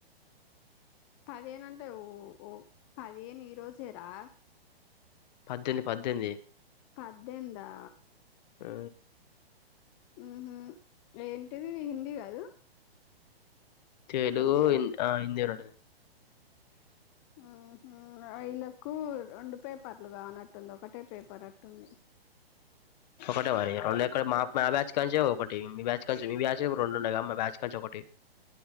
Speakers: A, on the left (about 25°); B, on the left (about 45°).
A: పదిహేనుంటే ఓ ఓ పదిహేను ఈ రోజేరా
B: పద్దేంది పద్దేంది
A: పద్దేందా
B: ఆ
A: ఉహుం ఏంటిది హిందీ కదు
B: తెలుగు హింద్ ఆ హిందీ రెండు
A: ఆహుం ఇళ్లాకు రెండు పేపర్లు కానట్టుంది. ఒకటే పేపర్ అట్ ఉంది
B: ఒకటే మరి రెండు ఎక్కడ మా మా బ్యాచ్ కంచ ఒకటి మీ బ్యాచ్ కంచ్ మీ బ్యాచ్ రెండుండగా మా బ్యాచ్ కంచ ఒకటి